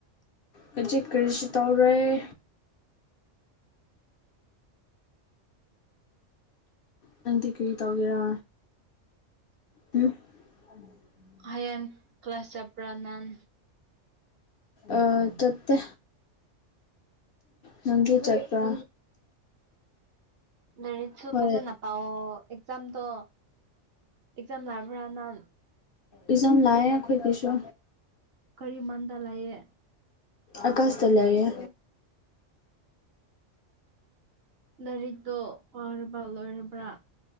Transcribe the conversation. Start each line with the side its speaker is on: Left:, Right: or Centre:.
Left: ꯍꯨꯖꯤꯛ ꯀꯔꯤꯁꯨ ꯇꯧꯔꫭꯏ꯫ ꯅꯪꯗꯤ ꯀꯔꯤ ꯇꯧꯒꯦꯔꯥ꯫ ꯎꯝ꯫ <inaudible>
Right: ꯍꯥꯌꯦꯡ ꯀ꯭ꯂꯥꯁ ꯆꯠꯄ꯭ꯔꯥ ꯅꯟ꯫
Left: ꯑ ꯆꯠꯇꯦ꯫ ꯅꯪꯗꯤ ꯆꯠꯄ꯭ꯔꯥ꯫
Right: ꯂꯥꯏꯔꯤꯛꯁꯨ
Left: ꯍꯣꯏ
Right: ꯐꯖꯅ ꯄꯥꯑꯣ ꯑꯦꯛꯖꯥꯝꯗꯣ ꯑꯦꯛꯖꯥꯝ ꯂꯔꯕ꯭ꯔꯥ ꯅꯪ꯫
Left: ꯏꯖꯝ ꯂꯥꯑꯦ ꯑꯩꯈꯣꯏꯒꯤꯁꯨ꯫
Right: ꯀꯔꯤ ꯃꯟꯗ ꯂꯩꯌꯦ
Left: ꯑꯀꯥꯁꯇ ꯂꯩꯌꯦ꯫
Right: ꯂꯥꯏꯔꯤꯛꯇꯣ ꯄꯥꯔꯕ ꯂꯣꯏꯔꯕ꯭ꯔꯥ꯫